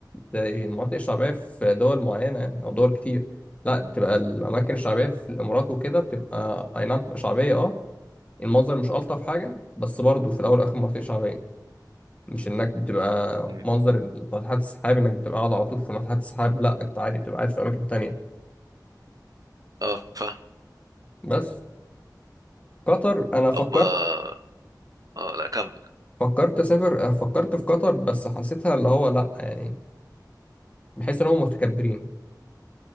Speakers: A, on the left; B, on the right.
A: زي المناطق الشعبية في دول معينة يعني أو دول كتير لا بتبقى الأماكن الشعبية في الإمارات وكده بتبقى أي نعم بتبقى شعبية أه المنظر مش ألطف حاجة بس برضه في الأول والآخر مناطق شعبية مش إنك بتبقى
B: مم.
A: منظر ناطحات السحاب إنك بتبقى قاعد على طول في ناطحات السحاب لا أنت عادي بتبقى قاعد في أماكن تانية
B: اه فاهم
A: بس قطر أنا فكرت
B: طب اه آه، لا كمل
A: فكرت أسافر آه، فكرت في قطر بس حسيتها اللي هو لا يعني بحس إن هم متكبرين